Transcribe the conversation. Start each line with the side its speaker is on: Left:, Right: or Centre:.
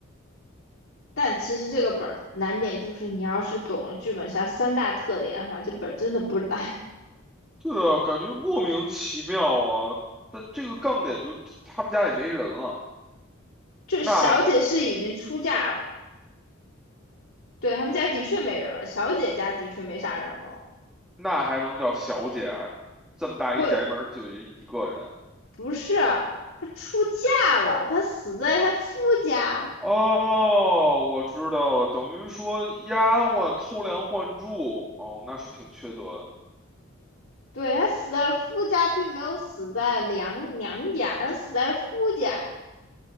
Left: 但其实这个本儿难点就是你要是懂了剧本杀三大特点的话，这本儿真的不难。
Centre: 对啊，感觉莫名其妙啊。但这个杠点就是他们家也没人了，
Left: <laughs> 就小姐是已经出嫁了，
Centre: 那还
Left: 对，他们家的确没人了，小姐家的确没啥人了。
Centre: 那还能叫小姐啊？这么大一宅门儿就人一个人。
Left: 不，不是，她出嫁了，她死在她夫家。
Centre: 哦，我知道了，等于说丫鬟偷梁换柱，哦，那是挺缺德的。
Left: 对，她死在了夫家，并没有死在娘娘家，她死在了夫家。